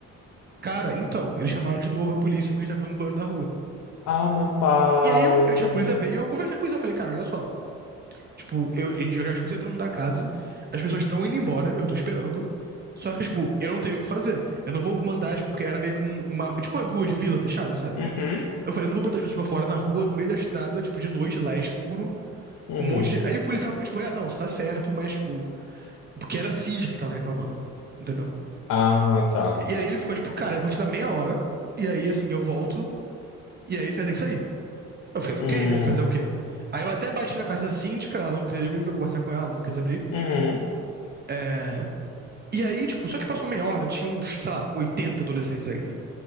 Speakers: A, on the right; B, on the left.
A: Cara, então, eles chamaram de novo a polícia porque a gente tava fazendo muito barulho na rua.
B: Ah, meu pai.
A: E aí eu, eu, tinha- a polícia veio e eu conversei com a polícia. Eu falei, cara, olha só. Tipo, eu, eu já expulsei todo mundo da casa, as pessoas estão indo embora, eu tô esperando. Só que, tipo, eu não tenho o que fazer. Eu não vou mandar, as- porque era meio que um- uma. Tipo, uma rua de vila fechada, sabe?
B: Uhum.
A: Eu falei, eu não vou botar as pessoas pra fora na rua, no meio da estrada, tipo, de noite, lá é escuro,
B: Uhum.
A: com um monte de. Aí o policial ficou, tipo, é, não, você tá certo, mas, tipo, porque era a Cid que tava reclamando. Entendeu?
B: Ah, tá.
A: E aí ele ficou tipo, cara, eu vou te dar meia hora, e aí assim, eu volto, e aí você vai ter que sair. Eu falei, ok,
B: Hum,
A: né? Fazer o quê? Aí eu até bati na casa da síndica, ela não queria abrir pra eu conversar com ela, ela não quis abrir.
B: uhum.
A: É, E aí, tipo, só que passou meia hora, tinha uns, sei lá, 80 adolescentes ainda.